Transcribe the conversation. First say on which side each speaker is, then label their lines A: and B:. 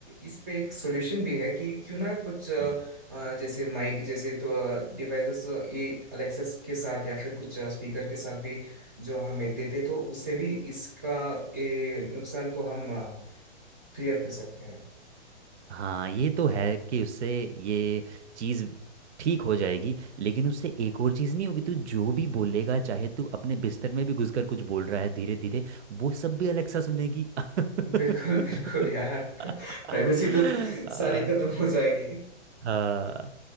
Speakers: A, on the right; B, on the right.
A: इस पे एक सॉल्यूशन भी है कि क्यों ना कुछ अ,
B: हम्म,
A: अ, जैसे माइक जैसे तो डिवाइसेस ये अलेक्सा के साथ या फिर कुछ स्पीकर के साथ भी जो हमें देते तो उससे भी इसका ये नुकसान को हम क्लियर कर सकते हैं
B: हाँ ये तो है कि उससे ये चीज़ ठीक हो जाएगी लेकिन उससे एक और चीज़ नहीं होगी तू जो भी बोलेगा चाहे तू अपने बिस्तर में भी घुस कर कुछ बोल रहा है धीरे धीरे वो सब भी अलेक्सा सुनेगी <laughs>
A: बिल्कुल बिल्कुल यार <laughs>
B: हाँ
A: प्राइवेसी तो सारी खत्म हो जाएगी
B: हाँ